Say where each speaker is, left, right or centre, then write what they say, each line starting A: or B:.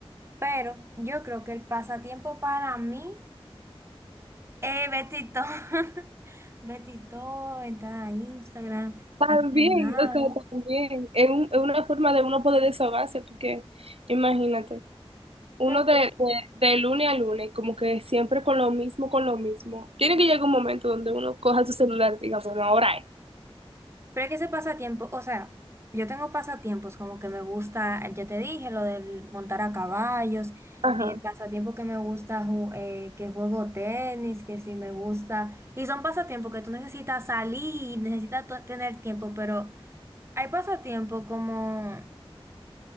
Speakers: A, on the right (about 25°); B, on the right (about 70°).
A: Pero yo creo que el pasatiempo para mí Eh, Betito. <laughs> Betito, entrar a Instagram,
B: También,
A: hacer nada.
B: o sea, también. Es, un- es una forma de uno poder desahogarse, porque imagínate. Uno
A: Pero,
B: de,
A: tú-
B: de, de lunes a lunes, como que siempre con lo mismo, con lo mismo. Tiene que llegar un momento donde uno coja su celular y diga, bueno, ahora es.
A: pero es que ese pasatiempo, o sea, yo tengo pasatiempos como que me gusta, ya te dije, lo del montar a caballos,
B: Ajá.
A: eh, pasatiempo que me gusta, ju- eh, que juego tenis, que sí me gusta. Y son pasatiempos que tú necesitas salir, necesitas to- tener tiempo, pero hay pasatiempos como...